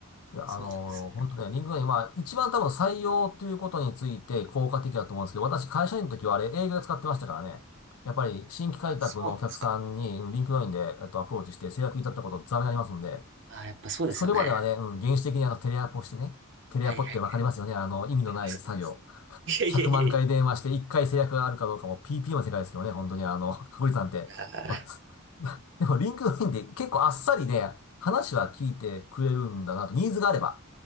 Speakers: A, on the left; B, on the right.
A: い。いや、
B: そうなんですね。
A: あのー本当ね、リンクドインは一番多分採用ということについて効果的だと思うんですけど、私会社員の時はあれ営業で使ってましたからね。やっぱり新規開拓のお客さんにリンクドインで、
B: そうなんですか。
A: えっと、アプローチして制約いたったことざらにありますんで、
B: ああ、やっぱそうですよね。
A: それまではね、うん、原始的にあのテレアポしてね、テレアポってわかりますよね。
B: はいはい。
A: あの、意味のない作業。
B: わかります。いやいやいやい
A: 100万回電話して1回制約があるかどうかも PP の世界ですけどね、本当にあの、確率なんて。
B: や。あー
A: まあ、<laughs> でもリンクドインって結構あっさりね、話は聞いてくれるんだなと、ニーズがあれば。